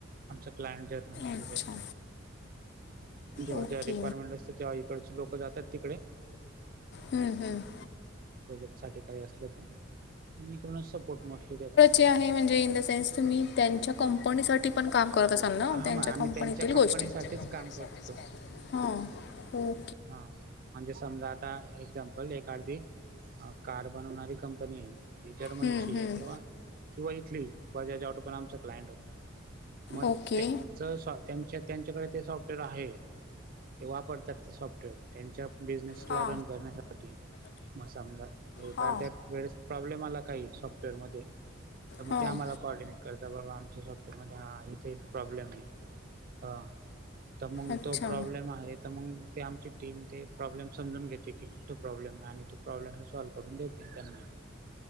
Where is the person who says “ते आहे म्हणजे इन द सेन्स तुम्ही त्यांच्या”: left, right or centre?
Left